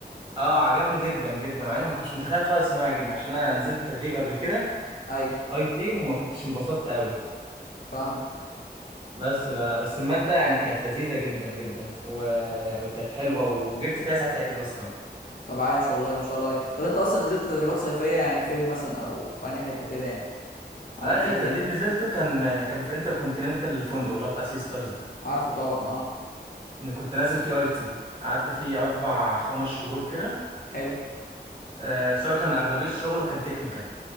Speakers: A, on the right (about 30°); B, on the left (about 55°).
A: اه عجبني جدا جدا مع اني ما كنتش متخيل خالص ان هو عجبني عشان انا نزلت تدريب قبل كده
B: ايوه
A: اي تي وما كنتش انبسطت قوي
B: فاهمك
A: بس ب... بس المادة يعني كانت لذيذة جدا جدا و... وكانت حلوة وجبت فيها ساعتها اي بلس كمان
B: طب عاش والله ما شاء الله عليك طب انت اصلا نزلت تدريبات صيفيه يعني فين مثلا او في انهي حته كده يعني عملت
A: اخر
B: ايه فيها
A: تدريب نزلته كان كان في انتر كونتيننتال الفندق اللي هو بتاع سي ستارز ده
B: عارفه طبعا اه
A: إن كنت نازل فيه اي تي قعدت فيه اربع خمس شهور كده
B: حلو
A: آه، سواء كان اغلبيه شغله كان تكنيكال